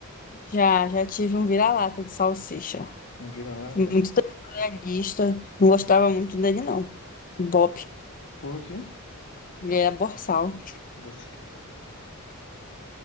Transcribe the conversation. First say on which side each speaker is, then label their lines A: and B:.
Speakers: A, on the left; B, on the left.
A: Já, já tive um vira-lata de salsicha.
B: Um vira-lata?
A: Muito territorialista. Não gostava muito dele, não. Bob.
B: Por quê?
A: Ele era borsal.
B: Você... <laughs>